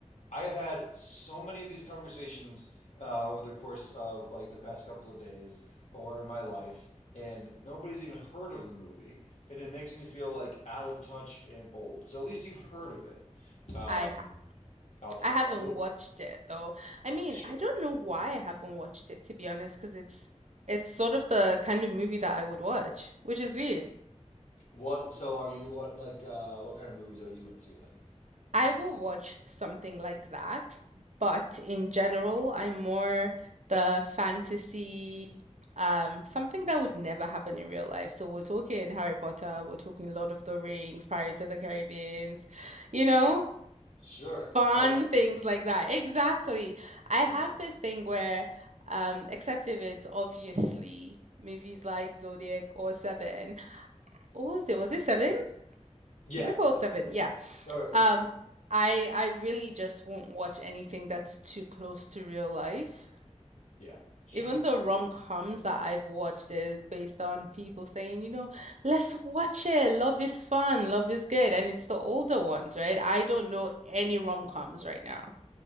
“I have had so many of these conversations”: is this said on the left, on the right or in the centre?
Left